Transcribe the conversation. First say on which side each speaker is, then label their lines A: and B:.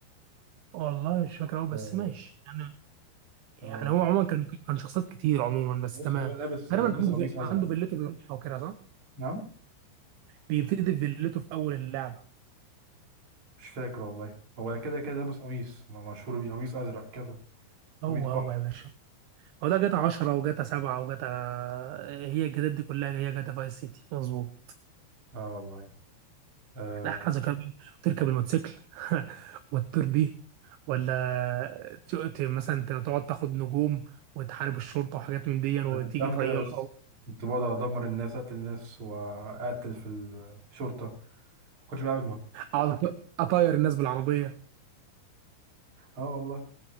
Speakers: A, on the right; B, on the right.
A: والله مش فاكر قوي بس
B: اه
A: ماشي يعني يعني
B: آه.
A: هو عموما كان كان شخصيات كتير عموما بس
B: بص
A: تمام
B: اللي هو لابس
A: تقريبا
B: لابس
A: عنده
B: قميص
A: في...
B: ازرق
A: عنده فيلته بيروحها وكده صح
B: نعم
A: بيبتدي في فيلته في اول اللعبه
B: مش فاكر والله هو كده كده لابس قميص م- مشهور بيه قميص ازرق كده قميص
A: هو
B: بحر
A: هو يا باشا هو ده جاتا 10 وجاتا 7 وجاتا هي الجداد دي كلها هي جاتا فايس سيتي مظبوط
B: اه والله آه
A: لا حاجة كده تركب الموتوسيكل <laughs> وتطير بيه ولا ت- ت- مثلا ت- تقعد تاخد نجوم وتحارب الشرطة وحاجات من دي وتيجي
B: انا كنت بعمل
A: طيارة
B: كده بس
A: أو
B: كنت بقعد ادمر الناس اقتل الناس واقتل في الشرطه ما كنتش بعمل مهم
A: أقعد أط- أطير الناس بالعربية
B: اه والله